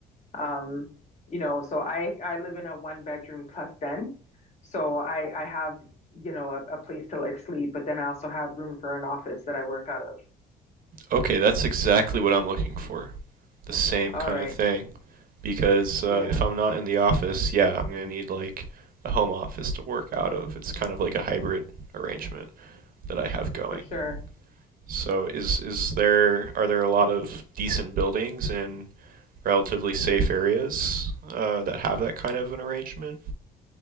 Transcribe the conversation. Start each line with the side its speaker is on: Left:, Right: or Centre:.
Left: Um, you know, so I I live in a one bedroom plus den, so I I have you know a, a place to like sleep, but then I also have room for an office that I work out of.
Right: Okay, that's exactly what I'm looking for. The same
Left: All
Right: kind
Left: right,
Right: of thing. Because uh,
Left: yeah,
Right: if I'm not in the office, yeah, I'm going to need like a home office to work out of. It's kind of like a hybrid arrangement that I have going.
Left: for sure.
Right: So is is there are there a lot of decent buildings in relatively safe areas uh, that have that kind of an arrangement?